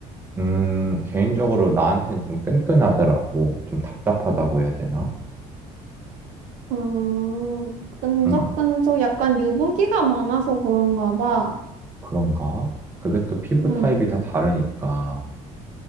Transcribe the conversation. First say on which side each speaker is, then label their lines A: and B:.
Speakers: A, on the right (about 15°); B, on the right (about 65°).
A: 음 개인적으로 나한텐 좀 끈끈하더라고 좀 답답하다고 해야 되나
B: 음, 끈적끈적
A: 응
B: 약간 유분기가 많아서 그런가 봐.
A: 그런가 그게 또 피부
B: 음,
A: 타입이 다 다르니까